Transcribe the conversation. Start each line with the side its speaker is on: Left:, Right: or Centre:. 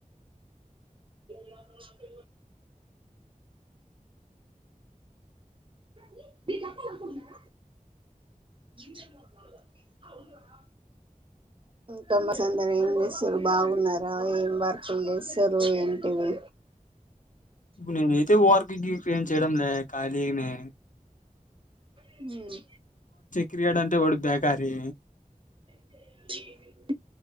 Right: <inaudible> <unintelligible> లఖ్ఖుంటున్నార <unintelligible> అందర ఎం మీరు బావున్నారు అ ఏం వర్కులు చెస్తూరు ఏంటివి
Left: ననైతే వర్కికి ఎం చేయడంలే ఖాళీగనే
Right: హ్మ్
Left: క్రీకెట్ అంటే వాడికి బ్యా అరే
Right: <inaudible>